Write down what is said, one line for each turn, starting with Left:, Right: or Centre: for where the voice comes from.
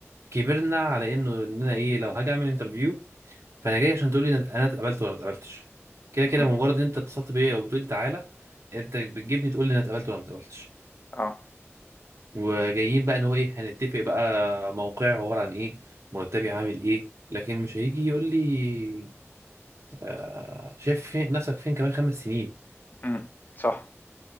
Right: كبرنا على انه ان انا ايه لو هاجي اعمل انترفيو فانا جاي عشان تقول لي انا اتقبلت ولا ما اتقبلتش كده كده
Left: امم
Right: مجرد ان انت اتصلت بيا وبتقول لي تعالى انت بتجيبني تقول لي انا اتقبلت ولا ما اتقبلتش
Left: اه
Right: وجايين بقى ان هو ايه هنتفق بقى موقعي عباره عن ايه مرتبي عامل ايه لكن مش هيجي يقول لي آه شايف فين نفسك فين كمان خمس سنين
Left: امم صح